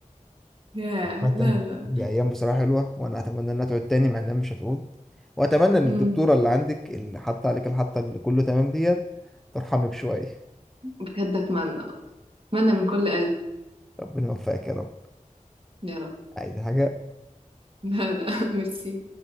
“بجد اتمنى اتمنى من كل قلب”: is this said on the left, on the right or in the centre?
Right